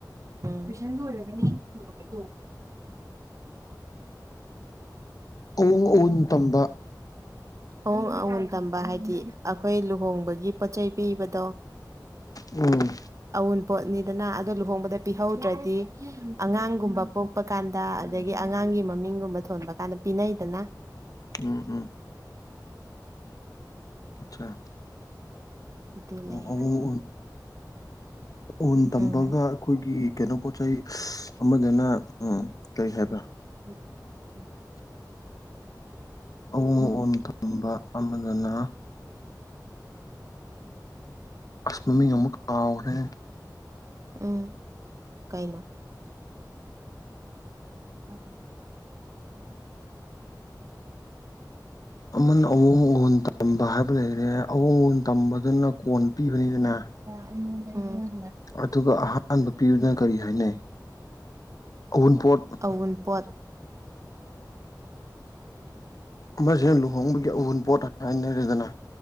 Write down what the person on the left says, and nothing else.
ꯑꯎꯡ ꯑꯎꯟ ꯇꯝꯕ
ꯎꯝ
ꯎꯝ ꯎꯝ ꯑꯆꯥ
ꯑꯣꯪ ꯎꯟ ꯇꯝꯕꯒ
ꯑꯩꯈꯣꯏꯒꯤ ꯀꯩꯅꯣ ꯄꯣꯠ ꯆꯩ ꯑꯃꯗꯅ ꯎꯝ ꯀꯩ ꯍꯥꯏꯕ꯭ꯔꯥ
ꯑꯎꯣꯡ ꯑꯑꯣꯣꯡ ꯇꯝꯕ ꯑꯃꯗꯅ ꯑꯁꯃꯃꯤ ꯑꯃꯨꯛ ꯀꯥꯎꯔꯦ
ꯑꯃꯟ ꯑꯋꯣꯡ ꯎꯍꯣꯟ ꯇꯝꯕ ꯍꯥꯏꯕ ꯂꯩꯔꯦ ꯑꯋꯣꯡꯕꯣꯟ ꯇꯝꯕꯗꯨꯅ ꯀꯣꯟ ꯄꯤꯕꯅꯤꯗꯅ
ꯑꯗꯨꯒ ꯑꯍꯥꯟꯕ ꯄꯤꯗꯨꯗꯨꯅ ꯀꯔꯤ ꯍꯥꯏꯅꯩ ꯑꯎꯟꯄꯣꯠ
ꯃꯁꯤꯅ ꯂꯨꯍꯣꯡꯕꯒꯤ ꯑꯎꯨꯕ ꯄꯣꯠ ꯍꯥꯏꯅꯔꯦꯗꯅ